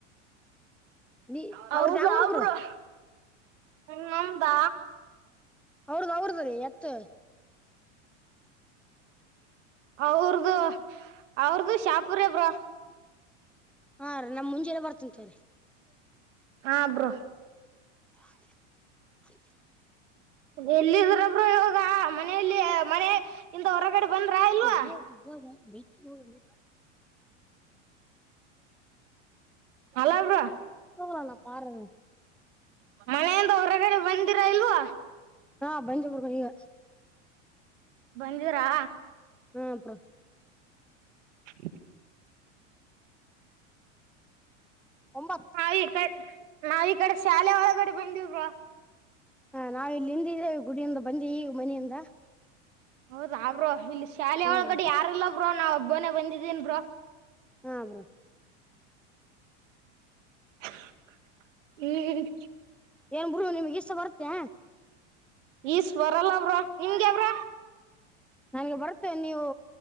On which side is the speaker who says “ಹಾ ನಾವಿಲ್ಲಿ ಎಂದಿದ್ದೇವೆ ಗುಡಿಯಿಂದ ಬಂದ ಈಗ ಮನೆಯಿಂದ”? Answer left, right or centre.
Centre